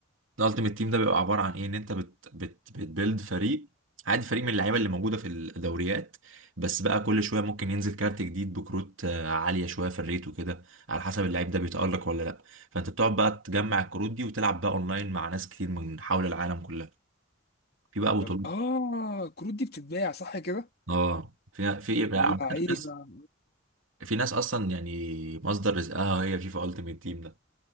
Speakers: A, on the right; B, on the left.
A: الالتيميت تيم ده بيبقى عباره عن ايه ان انت بت بت بتبيلد فريق عادي فريق من اللعيبه اللي موجوده في الدوريات بس بقى كل شويه ممكن ينزل كارت جديد بكروت آه، عاليه شويه في الريت وكده على حسب اللعيب ده بيتالق ولا لا فانت بتقعد بقى تجمع الكروت دي وتلعب بقى اونلاين مع ناس كتير من حول العالم كلها في بقى بطولات
B: طب اه كروت دي بتتباع صح كده
A: اه في في ايه بقى
B: واللعيبه
A: عامه ناس في ناس اصلا يعني مصدر رزقها هي فيفا التيميت تيم ده